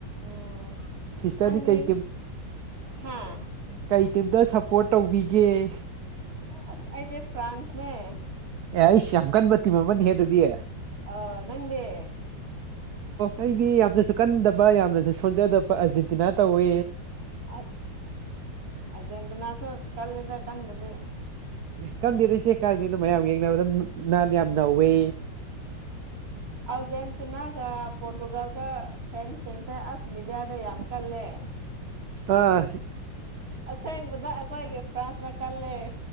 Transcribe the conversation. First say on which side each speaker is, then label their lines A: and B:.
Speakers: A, on the right; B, on the right.
A: ꯎꯝ
B: ꯁꯤꯁꯇꯔꯗꯤ
A: ꯅꯪꯅꯤ
B: ꯀꯩ ꯇꯤꯝ
A: ꯍꯥꯦ
B: ꯀꯩ ꯇꯤꯝꯗ ꯁꯞꯄꯣꯔꯠ ꯇꯧꯕꯤꯒꯦ
A: ꯑ ꯑꯗ ꯐ꯭ꯔꯥꯟꯁꯅꯦ
B: ꯑꯦ ꯑꯩꯁ ꯌꯥꯝ ꯀꯟꯕ ꯇꯤꯝ ꯑꯃꯅꯤꯍꯦ ꯑꯗꯨꯗꯤ ꯑꯣ
A: ꯑꯣ ꯅꯪꯗꯤ
B: ꯑꯩꯗꯤ ꯌꯥꯝꯅꯁꯨ ꯀꯟꯗꯕ ꯌꯥꯝꯅꯁꯨ ꯁꯣꯟꯖꯗꯕ ꯑꯔꯖꯦꯟꯇꯤꯅꯥ ꯇꯧꯋ
A: ꯑꯁ ꯑꯖꯦꯟꯗꯅꯥꯁꯨ ꯀꯥꯂꯗ ꯀꯥꯟ ꯃꯗꯤꯦ
B: ꯑꯦ ꯀꯟꯗꯦꯗꯣꯏꯁꯦ ꯀꯥꯏꯗꯅꯣ ꯃꯌꯥꯝ ꯌꯦꯡꯅꯕꯗ ꯅꯍꯥꯟ ꯌꯥꯝ ꯅꯧꯋꯤ
A: ꯑꯝ ꯅ ꯀ ꯄꯣꯔꯇꯨꯒꯜ ꯀ ꯐ ꯑꯗ ꯌꯥꯝ ꯀꯂꯦ
B: ꯑ
A: ꯑꯁꯦꯡꯕꯗ ꯑꯩꯈꯣꯏꯒꯤ ꯐ꯭ꯔꯥꯟꯁꯅ ꯀꯜꯂꯦ